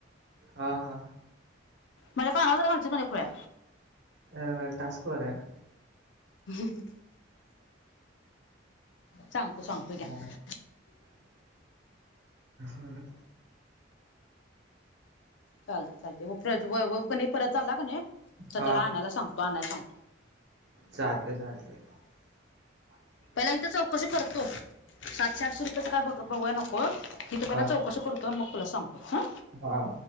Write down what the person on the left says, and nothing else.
माझ्या काना वर जरा घालचील कणी खुळ्या
ह. सांगतो-सांगतो घ्या
चालतय- चालतय वैभव परत चालला कणी तर
त्याला आणायला सांगतो आणयला सांगतो
पहिला इथं चौकशी करतो सातशे-आठशे रुपयांच काय बघ बघायला नको इथं पहिला
चौकशी करतो आणि मग तुला सांगतो हं